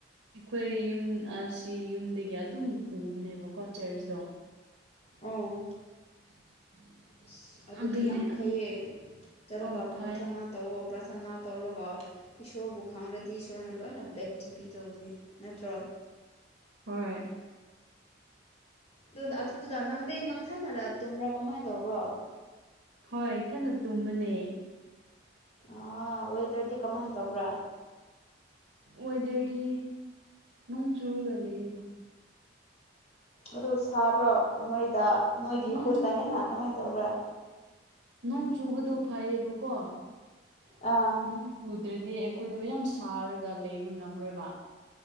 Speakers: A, on the right; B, on the left.
A: ꯑꯩꯈꯣꯏ ꯌꯨꯝ ꯑꯁꯤ ꯌꯨꯝꯗꯒꯤ ꯑꯗꯨꯝ ꯎꯕꯅꯦꯕꯀꯣ ꯆ꯭ꯔꯆꯇꯣ
B: ꯑꯪ
A: <inaudible>
B: ꯑꯁ ꯑꯗꯨꯗꯤ
A: ꯑꯗꯨꯅꯦ
B: ꯌꯥꯝ ꯐꯩꯌꯦ
A: ꯑꯗꯨ
B: ꯆꯠꯔꯒ
A: ꯑꯧ
B: ꯄ꯭ꯔꯥꯊꯅ
A: ꯐꯥꯏ
B: ꯇꯧꯋꯣ ꯄ꯭ꯔꯊꯅꯥ ꯇꯧꯔꯒ ꯏꯁꯣꯔꯕꯨ ꯈꯪꯉꯗꯤ ꯏꯁꯣꯔꯅ ꯂꯣꯏꯅ ꯕ꯭ꯂꯦꯁꯤꯡ ꯄꯤꯗꯧꯕꯅꯦ ꯅꯠꯇ꯭ꯔꯣ
A: ꯍꯣꯏ
B: ꯑꯗꯨꯅ ꯑꯗꯨꯗ ꯅꯪꯗꯤ ꯅꯪꯊꯟꯇ ꯇꯨꯝꯕ꯭ꯔꯣ ꯀꯃꯥꯏꯅ ꯇꯧꯕ꯭ꯔꯣ
A: ꯍꯣꯏ ꯏꯊꯟꯇ ꯇꯨꯝꯕꯅꯦ
B: ꯑꯥ ꯋꯦꯗꯔꯗꯤ ꯀꯃꯥꯏꯅ ꯇꯧꯕ꯭ꯔꯥ
A: ꯋꯦꯗꯔꯗꯤ ꯅꯣꯡ ꯆꯨꯔꯒ ꯂꯩꯌꯦꯅ
B: ꯑꯗꯣ ꯁꯥꯕ꯭ꯔꯣ ꯅꯣꯏꯗ ꯅꯣꯏꯒꯤ
A: ꯅꯣꯡ
B: ꯈꯨꯟꯗ
A: ꯆꯨꯕꯗꯣ
B: ꯍꯦꯟꯅ ꯀꯃꯥꯏꯅ ꯇꯧꯕ꯭ꯔ
A: ꯅꯣꯡ ꯆꯨꯕꯗꯨ ꯐꯩꯌꯦꯕꯀꯣ
B: ꯑꯥ
A: ꯅꯣꯡ ꯆꯨꯗ꯭ꯔꯗꯤ ꯑꯩꯈꯣꯏꯗꯣ ꯌꯥꯝ ꯁꯥꯔꯒ ꯂꯩꯕ ꯉꯝꯔꯣꯏꯕ